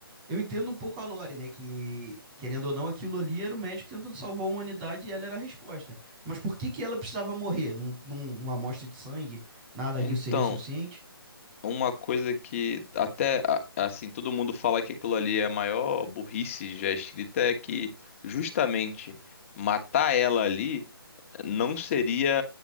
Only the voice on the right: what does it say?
eu entendo um pouco a Lore, né? Que, querendo ou não, aquilo ali era o médico tentando salvar a humanidade e ela era a resposta. Mas por que que ela precisava morrer? Num, num- uma amostra de sangue, nada
disso seria suficiente?